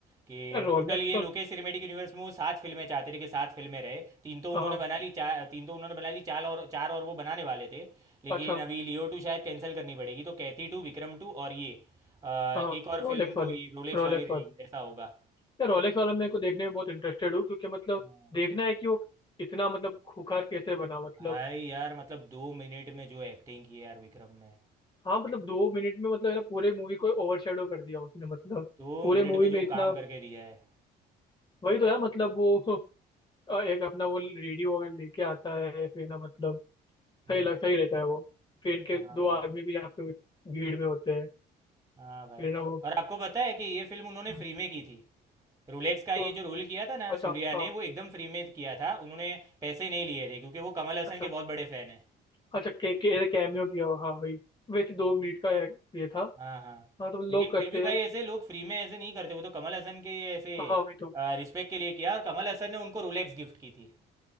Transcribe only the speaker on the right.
कि
टोटल ये
लोकेश सिनेमेटिक यूनिवर्स में वो सात फिल्में चाहते थे कि सात फिल्में रहे तीन तो उन्होंने
बना ली चार तीन तो उन्होंने बना ली चार और चार और वो बनाने वाले थे लेकिन
अभी लियो टू शायद कैंसिल करनी पड़ेगी तो कैथी टू विक्रम टू और ये अ,
एक और
फिल्म
कोई रोलेक्स
वाली रहेगी
ऐसा होगा
हाँ।
भाई यार मतलब दो मिनट में जो एक्टिंग की है यार विक्रम में
दो
मिनट
में जो
काम करके दिया है
हुँ,
हाँ
भाई,
हाँ भाई।
और आपको पता है कि ये फ़िल्म उन्होंने
फ्री में की थी। रोलेक्स का ये
जो रोल किया था ना
सूर्या
ने वो एकदम फ्री में किया था। उन्होंने पैसे नहीं लिए थे क्योंकि वो कमल हसन
के बहुत बड़े फ़ैन हैं।
हाँ, हाँ।
लेकिन
फिर भी भाई
ऐसे लोग फ्री में ऐसे नहीं करते। वो तो कमल हसन के ऐसे
अ, रिस्पेक्ट के लिए किया और कमल हसन ने उनको रोलेक्स गिफ्ट की थी।